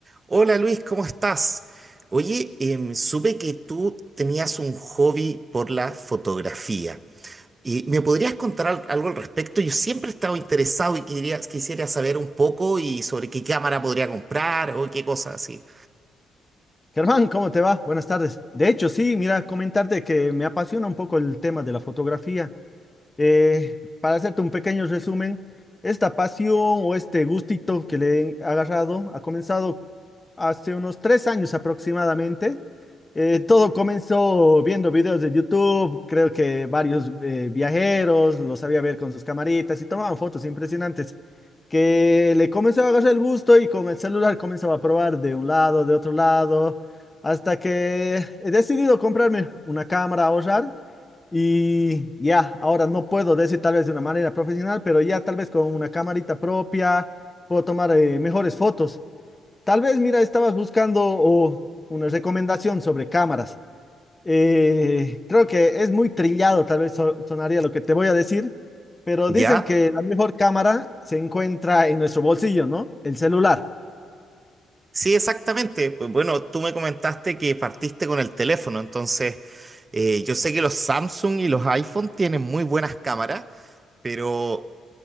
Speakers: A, on the right; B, on the left.
A: Hola Luis, ¿cómo estás? Oye, em, supe que tú tenías un hobby por la fotografía. ¿Y me podrías contar al- algo al respecto? Yo siempre he estado interesado y quería, quisiera saber un poco y sobre qué cámara podría comprar o qué cosas así.
B: Germán, ¿cómo te va? Buenas tardes. De hecho, sí, mira, comentarte que me apasiona un poco el tema de la fotografía. Eh, para hacerte un pequeño resumen, esta pasión o este gustito que le he agarrado ha comenzado hace unos tres años aproximadamente. Eh, todo comenzó viendo videos de YouTube, creo que varios eh, viajeros los sabía ver con sus camaritas y tomaban fotos impresionantes, que le comenzó a agarrar el gusto y con el celular comenzaba a probar de un lado, de otro lado, hasta que he decidido comprarme una cámara a ahorrar. Y ya, ahora no puedo decir tal vez de una manera profesional, pero ya tal vez con una camarita propia puedo tomar eh, mejores fotos. Tal vez, mira, estabas buscando o, una recomendación sobre cámaras. Eh, creo que es muy trillado, tal vez so- sonaría lo que te voy a decir, pero
A: ¿Ya?
B: dicen que la mejor cámara se encuentra en nuestro bolsillo, ¿no? El celular.
A: Sí, exactamente. Pues bueno, tú me comentaste que partiste con el teléfono, entonces eh, yo sé que los Samsung y los iPhone tienen muy buenas cámaras, pero